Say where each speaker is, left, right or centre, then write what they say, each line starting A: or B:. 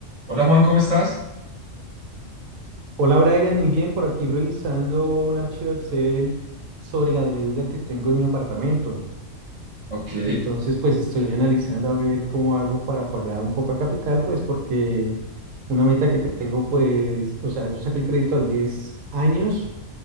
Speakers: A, on the right (about 55°); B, on the right (about 80°).
A: Hola Juan, ¿cómo estás?
B: Hola Brian, muy bien, por aquí revisando un archivo de Excel sobre la deuda que tengo de mi apartamento.
A: Ok,
B: Entonces, pues estoy analizando a ver cómo hago para pagar un poco a capital, pues porque una meta que tengo, pues, o sea, yo saqué el crédito a 10 años